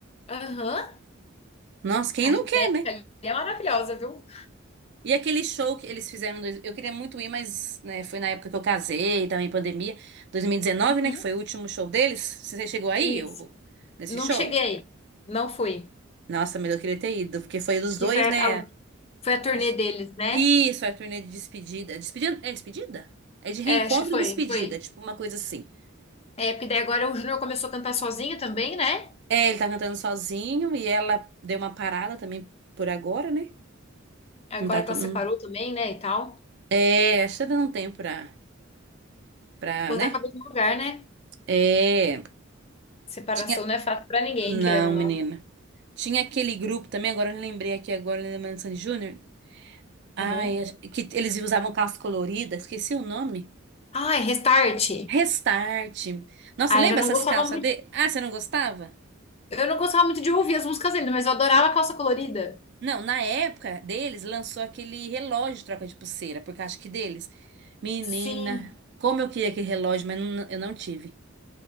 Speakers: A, on the left; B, on the right.
A: Aham.
B: Nossa, quem
A: A
B: não
A: Rita
B: quer, né?
A: é maravilhosa, viu?
B: E aquele show que eles fizeram, em dois- eu queria muito ir, mas né, foi na época que eu casei, também pandemia, 2019,
A: Uhum.
B: né, que foi o último show deles. Você chegou aí,
A: Isso.
B: eu, nesse
A: Não
B: show?
A: cheguei. Não fui.
B: Nossa, mas eu queria ter ido, porque foi dos dois,
A: Que foi
B: né?
A: a, foi a turnê
B: Acho-
A: deles, né?
B: Isso, a turnê de despedida. Despedida? É despedida? É de reencontro
A: É, acho que foi,
B: e despedida,
A: foi.
B: tipo uma coisa assim.
A: É, porque daí agora o Júnior começou a cantar sozinho também, né?
B: É, ele tá cantando sozinho e ela deu uma parada também por agora, né?
A: Agora
B: Não tá. tão-
A: que ela
B: não-
A: separou também, né, e tal.
B: É, acho que tá dando um tempo pra, pra,
A: Botar
B: né?
A: a cabeça no lugar, né?
B: É.
A: Separação
B: Tinha.
A: não é fácil pra ninguém,
B: Não,
A: querendo ou não.
B: menina. Tinha aquele grupo também, agora eu lembrei aqui agora, lembrando de Sandy Júnior. Ai,
A: Aham.
B: acho que eles usavam calça colorida, esqueci o nome.
A: Ai, Restart.
B: Restart. Nossa,
A: Ai,
B: lembra
A: eu já não
B: essas
A: gostava
B: calças
A: muito.
B: de... Ah, você não gostava?
A: Eu não gostava muito de ouvir as músicas ainda, mas eu adorava Calça Colorida.
B: Não, na época deles lançou aquele relógio de troca de pulseira, porque acho que deles. Menina,
A: Sim.
B: como eu queria aquele relógio, mas não- eu não tive.